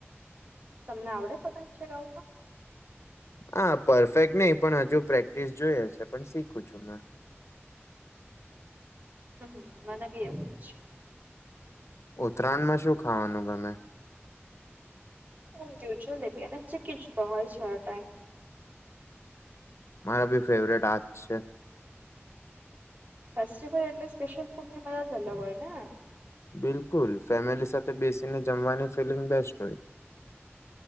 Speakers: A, on the right; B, on the left.
A: તમને આવડે પંતગ ચગાવતા?
B: હા, પરફેક્ટ નહી પણ, હજુ પ્રેક્ટિસ જોઈએ છે, પણ શીખું છું મેં.
A: હમ, હમ, મને બી એવું જ છે.
B: ઉત્તરાયણમાં શું ખાવાનું ગમે?
A: ઉંધિયું, જલેબી અને ચીક્કી જ તો હોય છે, ટાઈમ
B: મારા બી ફેવરેટ આ જ છે.
A: ફેસ્ટિવલ એટલે સ્પેશિયલ ફૂડની મજા જ અલગ હોય ને.
B: બિલકુલ, ફેમિલી સાથે બેસીને જમવાની ફિલિંગ બેસ્ટ ઓય.